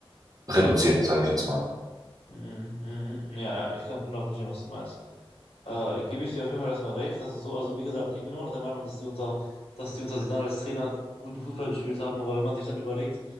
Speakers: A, on the right; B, on the left.
A: reduziert, sage ich jetzt mal.
B: Mhm, mhm. Ja, ja, ich kann genau verstehen, was du meinst. Äh, gebe ich dir auf jeden Fall erstmal recht, dass es so, also wie gesagt, ich bin immer noch der Meinung, dass die unter, dass die unter Zidane als Trainer guten Fußball gespielt haben, aber wenn man sich dann überlegt,